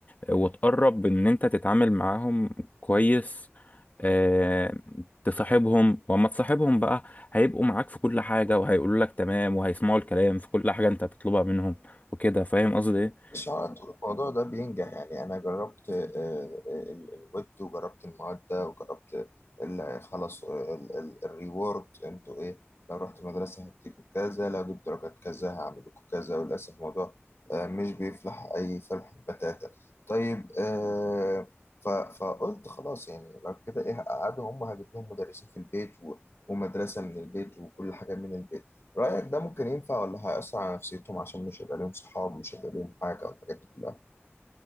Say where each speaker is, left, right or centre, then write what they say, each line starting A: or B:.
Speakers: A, on the left; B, on the left.
A: وتقرب ان انت تتعامل معاهم كويس اه تصاحبهم وما تصاحبهم بقى هيبقوا معاك في كل حاجة وهيقولوا لك تمام وهيسمعوا الكلام في كل حاجة انت بتطلبها منهم وكده فاهم قصدي ايه
B: مش على طول الموضوع ده بينجح يعني أنا جربت آه، آه، ال- الويب وجربت المعدة وجربت ال- خلاص الريورد أنتوا إيه لو رحت مدرسة هديكوا كذا لو جبت درجات كذا هعمل لكم كذا وللأسف الموضوع آه، مش بيفلح أي فلح بتاتا طيب آه، ف- فقلت خلاص يعني لو كده إيه هقعدهم هم هجيب لهم مدرسين في البيت و- ومدرسة من البيت وكل حاجة من البيت رأيك ده ممكن ينفع ولا هيأثر على نفسيتهم عشان مش هيبقى ليهم صحاب مش هيبقى ليهم حاجة والحاجات دي كلها